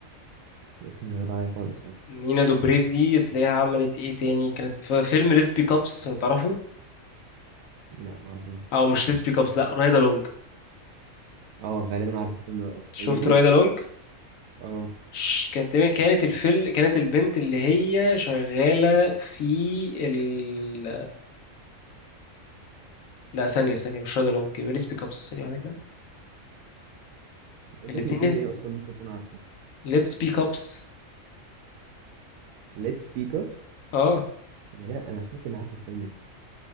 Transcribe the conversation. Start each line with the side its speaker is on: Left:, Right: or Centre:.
Right: الاسم مش غريب عليا خالص اه
Left: نينا دوبريف دي تلاقيها عملت ايه تاني كانت في فيلم ليس بيك ابس لو تعرفه
Right: لا ما اعرفوش
Left: او مش ليس بيك ابس لا رايدا لونج
Right: اه غالبا عارف الفيلم ده اه
Left: شفت
Right: هي دي
Left: رايدا لونج
Right: اه
Left: ش- كانت تقريبا كانت الفيل كانت البنت اللي هي شغالة في ال لا ثانية ثانية مش رايدا لونج يبقى ليتس بيك ابس ثانية واحدة كده
Right: أنت قلت
Left: الاتنين
Right: اسم الفيلم ايه اصلا ممكن اكون عارفه
Left: ليتس بيك ابس
Right: Let's Speak Ups
Left: اه
Right: غالبا انا حاسس اني عارف الفيلم ده